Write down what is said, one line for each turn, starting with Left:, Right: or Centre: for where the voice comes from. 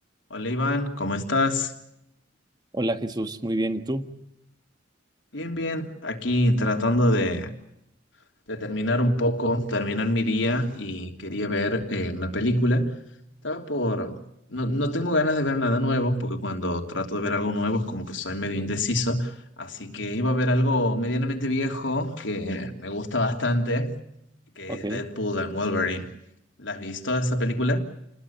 Left: Hola Iván, ¿cómo estás?
Right: Hola Jesús, muy bien, ¿y tú?
Left: Bien, bien, aquí tratando de, de terminar un poco, terminar mi día y quería ver eh, una película. Estaba por... No, no tengo ganas de ver nada nuevo, porque cuando trato de ver algo nuevo es como que soy medio indeciso, así que iba a ver algo medianamente viejo que me gusta bastante, que
Right: Ok.
Left: es Deadpool and Wolverine. ¿Las has visto esa película?